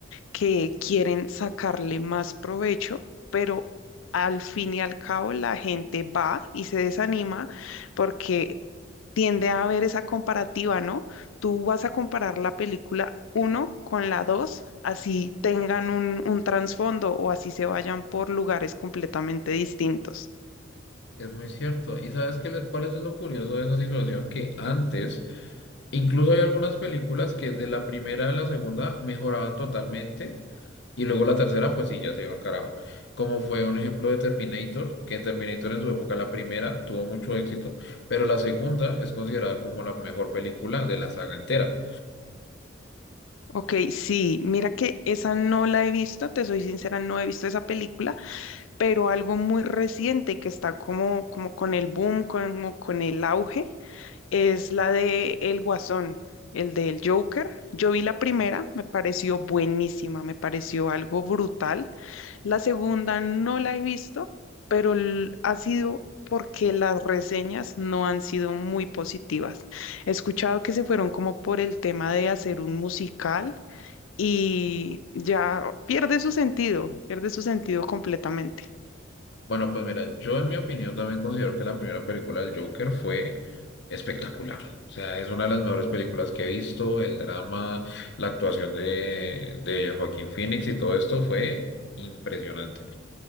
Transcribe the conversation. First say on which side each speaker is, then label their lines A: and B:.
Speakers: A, on the left; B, on the left.
A: que quieren sacarle más provecho, pero al fin y al cabo la gente va y se desanima porque tiende a haber esa comparativa, ¿no? Tú vas a comparar la película uno con la 2, así tengan un, un trasfondo o así se vayan por lugares completamente distintos.
B: Es muy cierto. ¿Y sabes qué, le- cuál es lo curioso de esa situación? Que antes, incluso hay algunas películas que de la primera a la segunda mejoraban totalmente y luego la tercera, pues sí, ya se iba al carajo. Como fue un ejemplo de Terminator, que Terminator en su época, la primera, tuvo mucho éxito, pero la segunda es considerada como la mejor película de la saga entera.
A: Ok, sí, mira que esa no la he visto, te soy sincera, no he visto esa película, pero algo muy reciente que está como, como con el boom, como con el auge, es la de El Guasón, el del Joker. Yo vi la primera, me pareció buenísima, me pareció algo brutal. La segunda no la he visto, pero l- ha sido porque las reseñas no han sido muy positivas. He escuchado que se fueron como por el tema de hacer un musical y ya pierde su sentido, pierde su sentido completamente.
B: Bueno, pues mira, yo en mi opinión también considero que la primera película del Joker fue espectacular. O sea, es una de las mejores películas que he visto. El drama, la actuación de, de Joaquín Phoenix y todo esto fue impresionante.